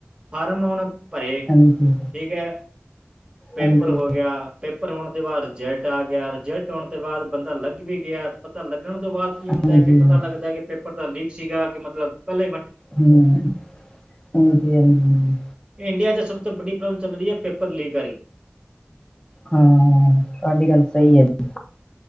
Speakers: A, on the right; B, on the left.
A: ਫਾਰਮ ਆਉਣ ਭਰੇ
B: ਹਾਂਜੀ
A: ਠੀਕ ਹੈ ਪੇਪਰ
B: ਹਾਂਜੀ ਹਾਂਜੀ
A: ਹੋ ਗਿਆ। ਪੇਪਰ ਹੋਣ ਦੇ ਬਾਅਦ ਰਿਜਲਟ ਆ ਗਿਆ ਰਿਜਲਟ ਹੋਣ ਤੋਂ ਬਾਅਦ ਬੰਦਾ ਲੱਗ ਵੀ ਗਿਆ। ਪਤਾ ਲੱਗਣ ਤੋਂ ਬਾਅਦ, ਕੀ ਹੁੰਦਾ
B: ਹੂੰ,
A: ਹੈ। ਕਿ ਪਤਾ ਲੱਗਦਾ ਕਿ ਪੇਪਰ ਤਾਂ ਲੀਕ ਸੀਗਾ। ਕਿ ਮਤਲਬ ਪਹਿਲੇ
B: ਹੂੰ, ਹਾਂਜੀ- ਹਾਂਜੀ।
A: ਇੰਡੀਆ ਚ, ਸਭ ਤੋਂ ਵੱਡੀ, ਪ੍ਰੋਬਲਮ ਚੱਲਦੀ ਹੈ, ਪੇਪਰ ਲੀਕ ਆਹੀ।
B: ਹਾਂ। ਤੁਹਾਡੀ ਗੱਲ ਸਹੀ ਹੈ। ਜੀ।